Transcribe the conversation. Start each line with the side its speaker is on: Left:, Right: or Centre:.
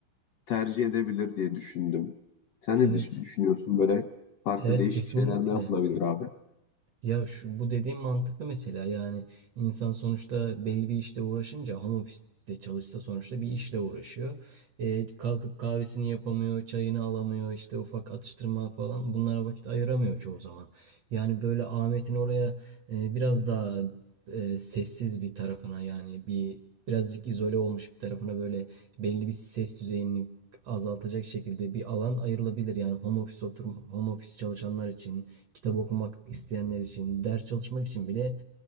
Left: tercih edebilir diye düşündüm. Sen ne
Right: Evet.
Left: düş- düşünüyorsun böyle farklı
Right: Evet
Left: değişik
Right: kesinlikle.
Left: şeyler ne yapılabilir abi?
Right: Ya şu bu dediğim mantıklı mesela yani insan sonuçta belli bir işte uğraşınca home office'te çalışsa sonuçta bir işle uğraşıyor. E, kalkıp kahvesini yapamıyor, çayını alamıyor, işte ufak atıştırma falan bunlara vakit ayıramıyor çoğu zaman. Yani böyle Ahmet'in oraya e, biraz daha e, sessiz bir tarafına yani bir birazcık izole olmuş bir tarafına böyle belli bir ses düzeyini azaltacak şekilde bir alan ayrılabilir. Yani home office oturum, home office çalışanlar için kitap okumak isteyenler için, ders çalışmak için bile